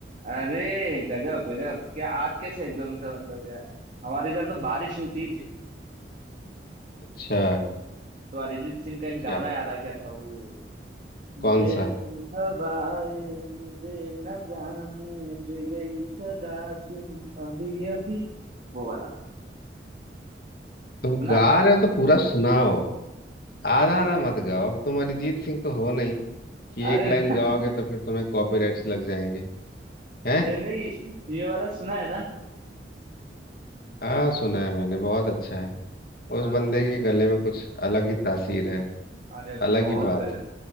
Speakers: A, on the right; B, on the left.
A: अरे गजब गजब क्या आज कैसे एकदम से मतलब क्या हमारे इधर तो बारिश हुई थी
B: क्योंकि अच्छा
A: तो अरिजीत सिंह का एक गाना
B: क्या बात
A: याद आ गया था वो
B: कौन
A: बेरंगी
B: सा
A: हवाएं मुझे न जाने दे गई सदा क्यों अभी अभी वो वाला
B: तुम
A: सुना
B: गा
A: है
B: रहे हो तो पूरा सुनाओ आधा
A: अरे
B: आधा मत गाओ तुम अरिजीत सिंह तो हो नहीं कि
A: अरे
B: एक लाइन गाओगे
A: <laughs>
B: तो फिर तुम्हें कॉपीराइट्स लग जाएंगे हैं
A: नहीं नहीं ये वाला सुना है ना
B: हाँ सुना है मैंने बहुत अच्छा है
A: हाँ
B: उस बंदे
A: बहुत प्यारा
B: के गले
A: है
B: में कुछ अलग ही तासीर है
A: अरे
B: अलग
A: बहुत
B: ही बात
A: गजब